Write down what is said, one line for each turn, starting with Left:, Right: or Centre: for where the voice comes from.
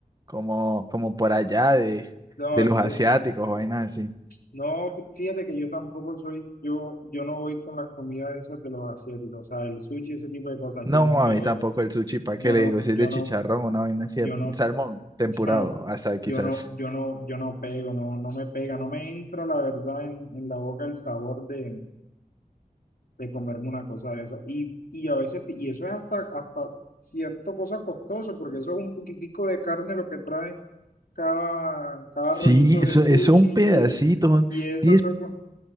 Right: como, como por allá de,
Left: no,
Right: de los asiáticos,
Left: eh,
Right: vainas así.
Left: no, fí- fíjate que yo tampoco soy, yo, yo no voy con las comidas esas de los asiáticos, o sea, el sushi, ese tipo de cosas,
Right: No,
Left: yo no pego,
Right: a mí tampoco el sushi, ¿para
Left: yo
Right: qué le
Left: no,
Right: digo? Si
Left: yo
Right: es de chicharrón,
Left: no.
Right: una vaina así,
Left: Yo
Right: de-
Left: no,
Right: salmón temporado,
Left: Yo no,
Right: hasta quizás.
Left: yo no, yo no, yo no pego, no, no me pega, no me entra la verdad en, en la boca el sabor de, de comerme una cosa de esa. Y, y a veces, y eso es hasta, hasta cierto cosa costoso, porque eso es un poquitico de carne lo que trae cada, cada
Right: Sí,
Left: rollito
Right: eso,
Left: de sushi
Right: eso un pedacito,
Left: y, el-
Right: son
Left: y eso
Right: 10,
Left: toca,